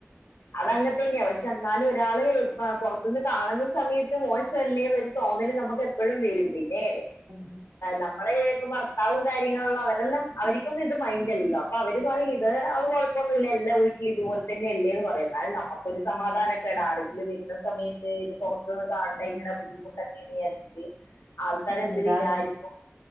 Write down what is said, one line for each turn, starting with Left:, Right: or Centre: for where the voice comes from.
Left: അതങ്ങ തന്നെയ പകഷ് - ചെന്നാലും ഒരാള് പൊറത്തുന്ന് കാണുന്ന സമയത്ത് മോശമല്ലേന്ന്- തോന്നല് നമുക്ക് എപ്പോഴും വരും പിന്നെ
Right: ഉം
Left: നമ്മളപ്പ ഭർത്താവും കാര്യങ്ങള അവരെല്ലാം അവർക്കൊന്നും ഇത് മൈൻഡ്ല്ലോ അപ്പൊ അവര് പറയും ഇത്- ഇപ്പോ ഒന്നുമില്ല എല്ലാ വീട്ടിൽ ഇതുപോലെ തന്നെ അല്ലേന്ന് പറയുന്നത് എന്നാലും നമുക്ക്‌ ഒരു സമാധാനൊക്കെട ആരെങ്കിലും വരുന്ന സമയത്ത്- ഇത് പൊറുത്തുന്ന് കണ്ട
Right: ഉം
Left: ഇരിക്കണ ബുദ്ധിമുട്ടൊക്കെന്ന് വിചാരിച്ചിട്ട് ആൾക്കർ
Right: ഉം
Left: എന്ത്
Right: അതാണ്
Left: വിചാരിക്കും